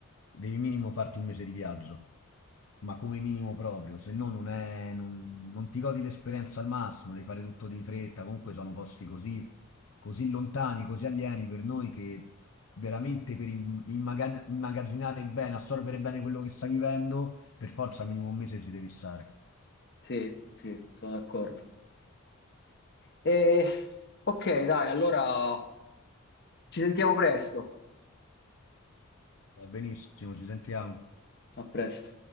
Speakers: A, on the left; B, on the left.
A: devi minimo farti un mese di viaggio, ma come minimo proprio, se no non è, non, non ti godi l'esperienza al massimo, devi fare tutto di fretta, comunque sono posti così, così lontani, così alieni per noi che veramente per im- immaga- immagazzinare bene, assorbire bene quello che stai vivendo, per forza minimo un mese ci devi stare.
B: Sì, sì, sono d'accordo. E, ok, dai, allora ci sentiamo presto.
A: Va benissimo, ci sentiamo.
B: A presto.